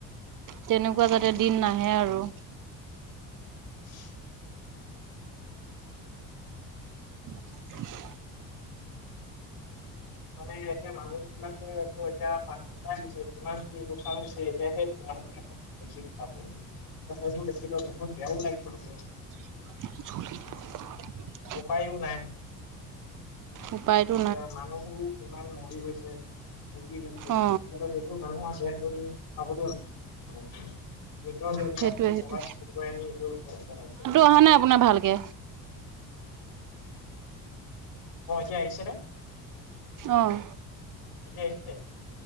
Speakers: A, on the right; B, on the left.
A: তেনেকুৱা যাতে দিন নাহে আৰু।
B: <inaudible>
A: <unintelligible>
B: মানে এতিয়া মানুহ বিলাকে তটো এতিয়া পানী কিমান যে কি লোকচান হৈছে এতিয়া হে মানুহবিলাকে এইবোৰ দেখি কেনে বহুত বেয়াও লাগি গৈছিলে।
A: <unintelligible>
B: উপায়ও নাই।
A: উপায় তো
B: এ, মানুহবোৰো কিমান মৰি গৈছে, উটি গৈছে। সেইটো
A: অ
B: মানুহৰ দেড বদি যেন বুলি ভাবো। মিত্ৰ দেহ বিলাকে
A: সেইটোৱে সেইটো
B: চোলাত উটুৱাই নি ক'ত পেলাইছে গৈ।
A: মাততো অহা নাই আপোনাৰ ভালকে।
B: অহ' এতিয়া আহিছেনে?
A: অহ'।
B: এতিয়া আহিছে?